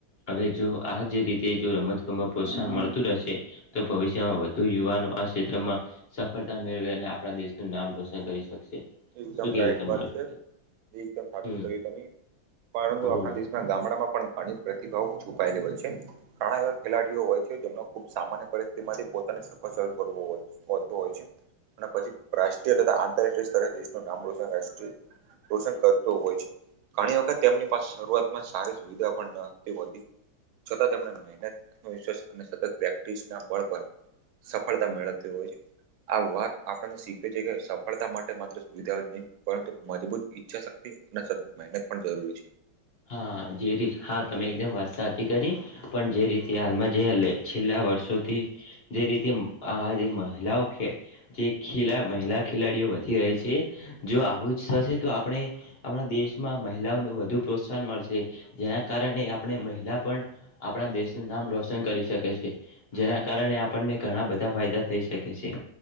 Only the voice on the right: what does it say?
એકદમ
રાઈટ
વાત છે, એકદમ સાચું
કહ્યું તમે પરંતુ
આપણા
દેશ ગામડામાં પણ ઘણી પ્રતિભાવ છુપાયેલી હોય છે. ઘણા એવા ખેલાડીઓ હોય છે, જેમને ખુબ સામાન્ય પરિસ્થિતિ માંથી પોતાની સફર શરૂ કરવો હોય છે. હોતુ હોય છે, અને પછી રાષ્ટ્રીય તથા આંતરરાષ્ટ્રીય સ્તરે દેશનું નામ રોશન રાષ્ટ્રીય. રોશન કરતું હોય છે. ઘણી વખત તેમની પાસે શરૂઆતમાં સારી સુવિધા પણ ન હતી હોતી. છતાં તેમણે મહેનત આત્મવિશ્વાસ અને સતત પ્રેક્ટિસ ના બળ પર. સફળતા મેળવતી હોય છે, આ વાત આપણને શીખવી છે, કે સફળતા માટે માત્ર. સુવિધા જ નહીં, પરંતુ મજબૂત ઈચ્છા શક્તિ અને સતત મહેનત પણ જરૂરી છે.